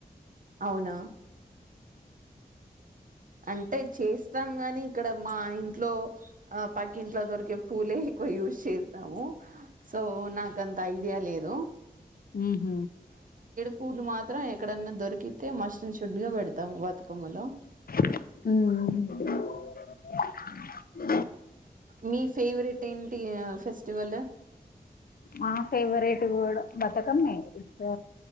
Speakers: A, on the right; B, on the left.
A: అవునా అంటే చేస్తాము గాని ఇక్కడ మా ఇంట్లో ఆ పక్కి ఇంట్లో దొరికే పూలే ఎక్కువ యూస్ చేస్తాము సో నాకంత ఐడియా లేదు హలో
B: హ హ
A: పూలు మాత్రం ఎక్కడన్నా దొరికితే మస్ట్ అండ్ షుడ్ గా పెడతాం బతుకమ్మలో
B: ఆ
A: మీ ఫేవరెట్ ఏంటి ఫెస్టివల్
B: మా ఫేవరెట్ కూడా బతుకమ్మే ఇప్పు